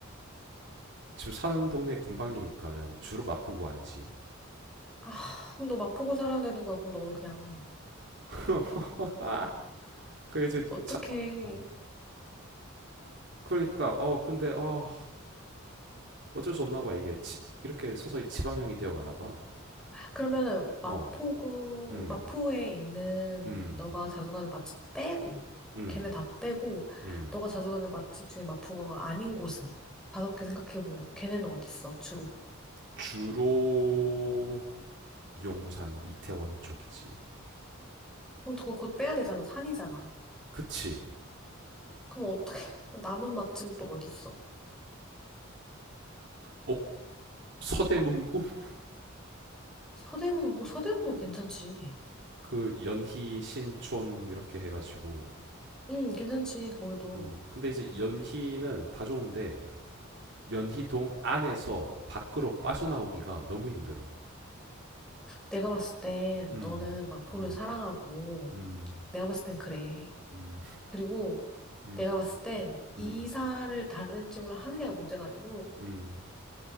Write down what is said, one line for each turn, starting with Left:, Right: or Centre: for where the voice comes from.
Right: 지금 사는 동네 근방이니까는 주로 마포구 아니지.
Centre: 아, 그럼 너 마포구 살아야 되는 거야. 그럼 너는 그냥,
Right: <laughs> 아, 그 이제
Centre: 어떡해.
Right: 자, 어, 그러니까 어 근데 어 어쩔 수 없나 봐 이게 지, 이렇게 서서히 지방령이 되어 가나 봐.
Centre: 그러면은, 마포구,
Right: 어, 음,
Centre: 마포에 있는
Right: 음,
Centre: 너가 자주 가는 맛집 빼고,
Right: 음,
Centre: 걔네 다 빼고,
Right: 음.
Centre: 너가 자주 가는 맛집 중에 마포구가 아닌 곳은 다섯 개 생각해보면, 걔네는 어디 있어, 주로?
Right: 주로 용산, 이태원 쪽이지.
Centre: 그럼 그거 그거 빼야 되잖아. 산이잖아.
Right: 그치?
Centre: 그럼 어떻게 <laughs> 남은 맛집은 또 어디 있어?
Right: 업 서대문구 <laughs>
Centre: 서대문구 서대문구 괜찮지.
Right: 그 연희, 신촌 이렇게 해가지고.
Centre: 응 괜찮지 거기도.
Right: 음. 근데 이제 연희는 다 좋은데 연희동 안에서 밖으로 빠져나오기가 너무 힘들어.
Centre: 내가 봤을 땐
Right: 음,
Centre: 너는 마포를
Right: 음,
Centre: 사랑하고
Right: 음,
Centre: 내가 봤을 땐 그래.
Right: 음,
Centre: 그리고
Right: 음,
Centre: 내가 봤을 땐 이사를
Right: 음,
Centre: 다른 지역으로 하느냐가 문제가 아니고
Right: 음,